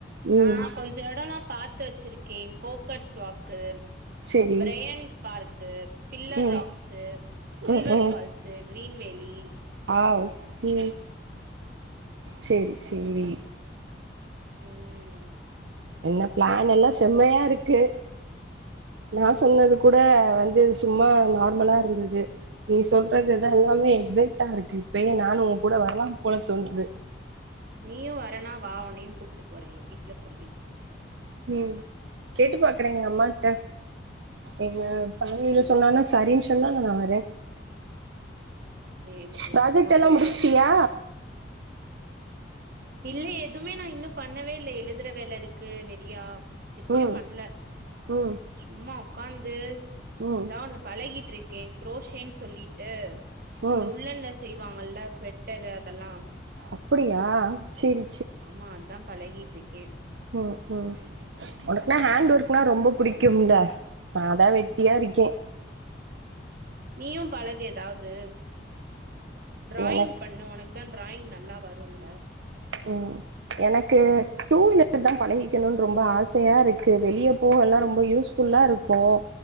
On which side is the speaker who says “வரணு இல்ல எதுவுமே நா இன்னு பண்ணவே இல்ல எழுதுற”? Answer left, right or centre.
Right